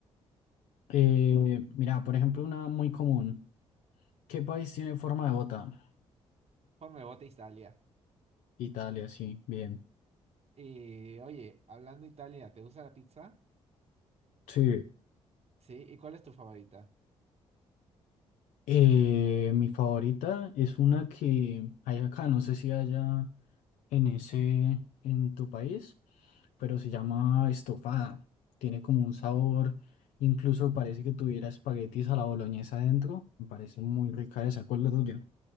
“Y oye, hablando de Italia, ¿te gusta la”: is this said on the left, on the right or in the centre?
Right